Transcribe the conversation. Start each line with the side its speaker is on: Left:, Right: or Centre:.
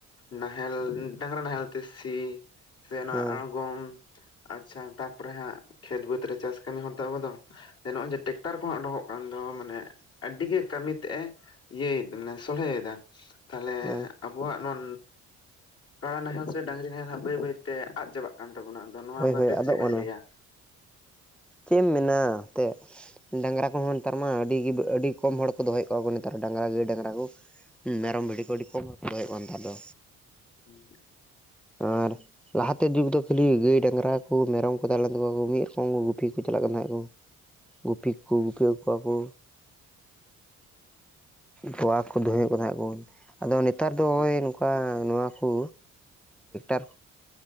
Left: ᱱᱟᱦᱮᱞ ᱰᱟᱝᱨᱟ ᱱᱟᱦᱮᱞ ᱛᱮ ᱥᱤ᱾ ᱥᱮ ᱱᱚᱣᱟ
Centre: ᱦᱮᱸ
Left: ᱟᱬᱜᱚᱢ ᱟᱪᱪᱷᱟ ᱛᱟᱯᱚᱨᱮ ᱦᱟᱸᱜ ᱠᱷᱮᱛ ᱵᱟᱹᱫᱽ ᱨᱮ ᱪᱟᱥ ᱠᱟᱹᱢᱤ ᱦᱚᱲ ᱚ ᱫᱚ ᱱᱚᱜᱼᱚᱭ ᱡᱮ ᱴᱨᱟᱠᱴᱟᱨ ᱠᱚᱦᱚᱸ ᱩᱰᱚᱜ ᱠᱟᱱ ᱫᱚ ᱢᱟᱱᱮ ᱟᱹᱰᱤ ᱜᱮ ᱠᱟᱹᱢᱤ ᱛᱮᱜ ᱮ ᱤᱭᱟᱹᱭ ᱢᱟᱱᱮ ᱥᱚᱞᱦᱮᱭᱮᱫᱟ ᱛᱟᱦᱞᱮ
Centre: ᱦᱮᱸ
Left: ᱟᱵᱚᱣᱟᱜ ᱱᱚᱣᱟ ᱠᱟᱲᱟ ᱱᱟᱦᱮᱞ ᱥᱮ ᱰᱟᱝᱨᱤ ᱱᱟᱦᱮᱞ ᱵᱟᱹᱭ ᱵᱟᱹᱭᱛᱮ ᱟᱫ ᱪᱟᱵᱟᱜ ᱠᱟᱱ ᱛᱟᱵᱚᱱᱟ᱾ ᱟᱫᱚ ᱱᱚᱣᱟ
Centre: ᱦᱳᱭ
Left: ᱵᱟᱨᱛᱮ
Centre: ᱦᱳᱭ ᱟᱫᱚ
Left: ᱪᱮᱫ ᱵᱮᱱ
Centre: ᱚᱱᱟ
Left: ᱞᱟᱹᱭᱟ?
Centre: ᱪᱮᱫ ᱮᱢ ᱢᱮᱱᱟ ᱮᱱᱛᱮᱫ᱾ ᱰᱟᱝᱨᱟ ᱠᱚᱦᱚᱸ ᱱᱮᱛᱟᱨ ᱢᱟ ᱟᱹᱰᱤ ᱟᱹᱰᱤ ᱠᱚᱢ ᱦᱚᱲ ᱠᱚ ᱫᱚᱦᱚᱭᱮᱫ ᱠᱚᱣᱟ ᱠᱚ ᱱᱮᱛᱟᱨ ᱰᱟᱝᱨᱟ ᱜᱟᱹᱭ ᱰᱟᱝᱨᱟ ᱠᱚ᱾ ᱢᱮᱨᱚᱢ
Left: ᱦᱳᱭ
Centre: ᱵᱷᱤᱰᱤ ᱠᱚ ᱟᱹᱰᱤ ᱠᱚᱢ ᱦᱚᱲ ᱫᱚᱦᱚᱭ ᱭᱮ ᱠᱚᱢ ᱱᱮᱛᱟᱨ ᱫᱚ᱾
Left: ᱦᱩᱸ᱾
Centre: ᱟᱨ ᱞᱟᱦᱟᱛᱮ ᱡᱩᱜᱽ ᱫᱚ ᱠᱷᱟᱹ ᱜᱟᱹᱭ ᱰᱟᱝᱨᱟ ᱠᱚ ᱢᱮᱨᱚᱢ ᱠᱚ ᱛᱟᱦᱮᱸ ᱞᱮᱱ ᱛᱟᱠᱚᱣᱟ ᱢᱤᱫ ᱨᱚᱠᱚᱢ ᱜᱩᱯᱤ ᱠᱚ ᱪᱟᱞᱟᱜ ᱠᱟᱱ ᱛᱟᱦᱮᱸᱫ᱾ ᱜᱩᱯᱤ ᱠᱚ ᱜᱩᱯᱤ ᱟᱜᱩᱠᱚᱣᱟ ᱠᱚ᱾ ᱛᱚᱣᱟ ᱠᱩ ᱫᱚᱩᱦᱚᱭᱮᱫ ᱠᱚ ᱛᱟᱦᱮᱸ ᱟᱠᱚ ᱵᱩᱱ ᱟᱫᱚ ᱱᱮᱛᱟᱨ ᱫᱚ ᱱᱚᱜᱭ
Left: ᱦᱩᱸ
Centre: ᱱᱚᱝᱠᱟ ᱱᱚᱣᱟᱠᱩ ᱢᱮ ᱴᱠᱴᱟᱨ